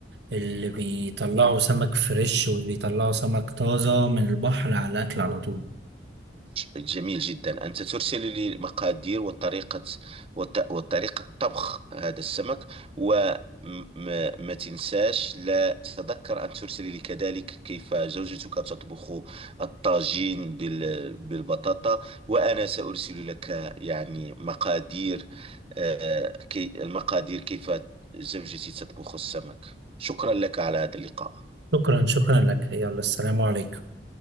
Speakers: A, on the right (about 70°); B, on the right (about 30°).
A: اللي بيطلعوا سمك فريش وبيطلعوا سمك طازة من البحر على الأكل على طول
B: جميل جدا أنت ترسل لي مقادير وطريقة وط- وطريقة طبخ هذا السمك وما تنساش لا تتذكر أن ترسل لي كذلك كيف زوجتك تطبخ الطاجين بال- بالبطاطا وأنا سأرسل لك يعني مقادير آه، كي المقادير كيف زوجتي تطبخ السمك شكرا لك على هذا اللقاء
A: شكرا شكرا لك يلا السلام عليكم